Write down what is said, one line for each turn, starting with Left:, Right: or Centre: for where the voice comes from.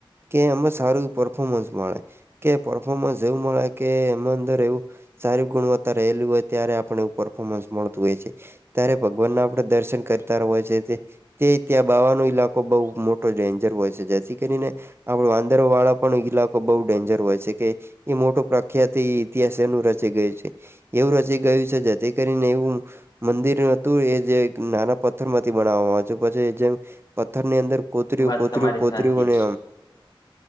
Right: કે એમાં સારું એ પરફોર્મન્સ મળે. કે પર્ફોર્મન્સ એવું મળે કે એમાં અંદર એવું સારી ગુણવત્તા રહેલી હોય ત્યારે આપણને એવું પરફોર્મન્સ મળતું હોય છે ત્યારે ભગવાનના આપણે દર્શન કરતા હોય છે તે ત્યાં બાવાનો ઈલાકો બઉુ મોટો ડેન્જર હોય છે જેથી કરીને આપડ વાંદર વાળા પણ ઈલાકો બઉુ ડેન્જર હોય છે કે એ મોટો પ્રખ્યાત એ ઇતિહાસ એનું રચે ગયું છે એવું જે ગયું છે જે તે કરીને એવું મંદિર હતું એ જે નાના પથ્થર માંથી બનાવવામાં આવે છે પછી જેમ પથ્થર ની અંદર કોતર
Left: વાત
Right: કોત્રી
Left: તમારી
Right: કોતરી
Left: સાચી
Right: અને